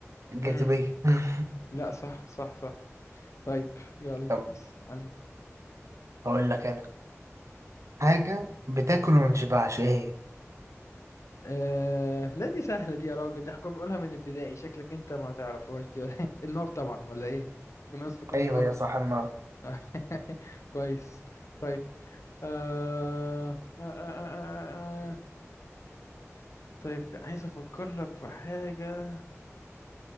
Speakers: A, on the right; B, on the left.
A: الجاذبية
B: امم
A: <laughs>
B: لا صح صح صح طيب يلا
A: طب
B: اسألني
A: هقول لك انا حاجة بتاكل وما بتشبعش ايه هي؟
B: آه... لا دي سهله دي يا راجل دي احنا كنا بنقولها من ابتدائي شكلك انت ما تعرفهاش دي ولا إيه؟ <laughs> النار طبعا ولا ايه بنص ما تكونش
A: ايوه
B: غلط
A: يا صح ما
B: <laughs> كويس طيب آه... آه... آه... آه... آه. آه، آه. طيب عايز افكر لك في حاجة